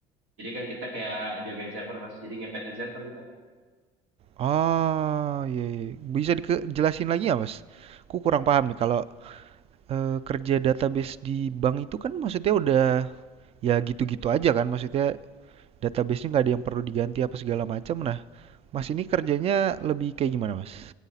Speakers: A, on the right (about 85°); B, on the right (about 40°).
A: Jadi kan kita kayak jagain server mas, jadi ngepetin server kita.
B: Oh, iya, iya. Bisa dijelasin lagi ya Mas? Aku kurang paham nih kalau eh, kerja database di bank itu kan maksudnya udah ya gitu-gitu aja kan? Maksudnya databasenya nggak ada yang perlu diganti apa segala macam. Nah, Mas ini kerjanya lebih kayak gimana Mas?